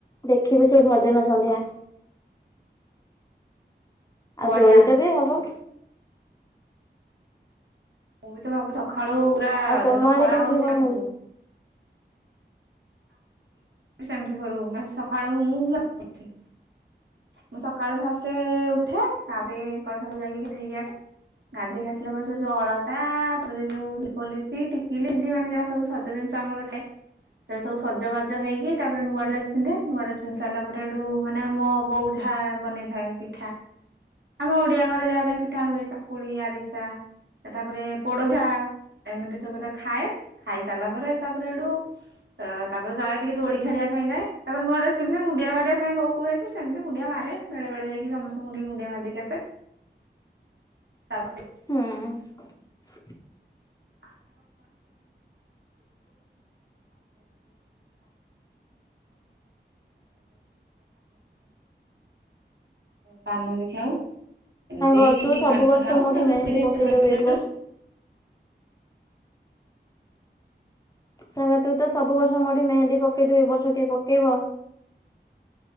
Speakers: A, on the left; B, on the right.
A: ଦେଖିବୁ ସେଇ ଭଜନ ସନ୍ଧ୍ୟା। ଆଉ
B: ବଢିଆ
A: ଦୋଳିିଟା ବି ହବ।
B: ମୁଁ ବି ତ ଭାବୁ ସକାଳୁ ପୁରା
A: ଆଉ ତମ
B: ଯୋଉତ
A: ଆଡେ
B: ଖରା
A: କେମିତି
B: ହଉଛି
A: କଣ
B: ଏଣିଥିବୁ। ସେମିତି କରିବୁ ସକାଳୁ ମୁଁ <unintelligible> ମୁଁ ସକାଳୁ ଫାଷ୍ଟ ଉଠେ ତାପରେ ସକାଳୁ ସବୁ ଯାଇକି ଗାଧୋଇ ଆସେ ଗାଧେଇକି ଆସିଲା ପରେ ସେ ଯୋଉ ଅଳତା ତାପରେ ଯୋଉ ପଲି ଟିକି ଯାହା ସବୁ ସଜ ଜିନିଷ ଆମର ଥାଏ ସେ ସବୁ ସଜବାଜ ହୋଇକି ତାପରେ ନୂଆ ଡ୍ରେସ୍ ପିନ୍ଧେ ନୂଆ ଡ୍ରେସ୍ ପିନ୍ଧି ସାରିଲା ପରେ ଏଠୁ ମାନେ ମୋ ବୋଉ ଯାହା ବନେଇଥାଏ ପିଠା ଆମ ଓଡିଆ ଘରେ ଯାହା ଯାହା ପିଠା ହୁଏ ଚାକୁଳି ଆରିସା ତାପରେ ପୋଡ ଭିଆ ଏମିତି ସବୁୁରା ଖାଏ ଖାଇ ସାରିଲା ପରେ ତାପରେ ଏଠୁ <unintelligible> ତାପରେ ସ ଟିକେ ଦୋଳି ଖେଳିବା ପାଇଁ ଯାଏ ତାପରେ ନୁଆ ଡ୍ରେସ ପିନ୍ଧିଲେ ମୁଡି ମାରିବା ପାଇଁ ବୋଉ କୁହେ ଯେ ସେମତି ମୁଡି ମାରେ। ବେଳେବେଳେ ଯାଇକି ସମସ୍ତଙ୍କୁ ଟିକେ ମୁଡିଆ ମାରିଦେଇକି ଆସେ। <unintelligible>
A: ହଁ
B: <unintelligible> <unintelligible> <unintelligible> ପାନ ବି ଖାଉ ଏମିତି
A: ସାଙ୍ଗ ତୁ ସବୁ
B: ପାନ
A: ବର୍ଷ
B: ଖାଉ
A: ମୋଠି
B: ତାପରେ
A: ମେହେନ୍ଦୀ
B: ଟିକେ
A: ପକେଇଦଉ
B: ଦୋଳି
A: ଏ
B: ଖେଳୁ।
A: ବର୍ଷ ତାଙ୍ଗ ତୁ ତ ସବୁ ବର୍ଷ ମୋଠି ମେହେନ୍ଦି ପକେଇ ଦଉ ଏଇ ବର୍ଷ କିଏ ପକେଇବ?